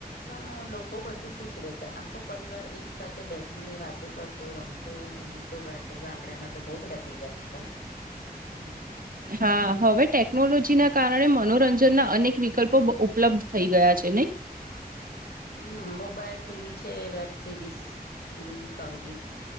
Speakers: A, on the left (about 75°); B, on the right (about 60°).
A: પણ લોકો બધુ ખુશ રહેતા આખો પરિવાર એક સાથે બેસીને વાતો કરતો રમતો અને ગીત ગામડામાં તો બહ બધા ભેગા થતા હમ
B: હા હવે ટેકનોલોજી ના કારણે મનોરંજન ના અનેક વિકલ્પો ઉપલબ્ધ થઈ ગયા છે નહી
A: હમ મોબાઈલ ટીવી છે વેબ સિરીિઝ ફિલ્મ સંગીત